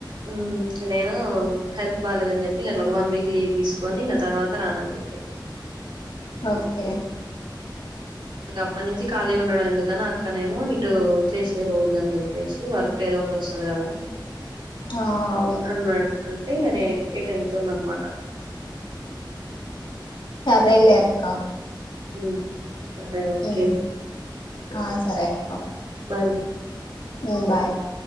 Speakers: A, on the right; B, on the left.
A: ఉమ్ నేను హెల్త్ బాలేదని చెప్పి అట్ ఒక వన్ వీక్ లీవ్ తీసుకొని తర్వాత రానంది
B: ఓకే
A: అప్పటి నుంచి ఖాళీ ఉండడం ఎందుకు కాగాని అక్కనేమో ఇటు చేసేది. రోజు అని చెప్పేసి వర్క్ ఏదో ఒకటి వస్తుంది కదా
B: ఆ అవును
A: అన్న అంటే ఇంకానే ఇటు వెతున్నా అనమాట
B: రెళ్లే అక్క
A: ఉమ్ సరే ఓకే
B: ఉమ్ ఆ సరే అక్క
A: బాయ్
B: ఉమ్ బాయక్క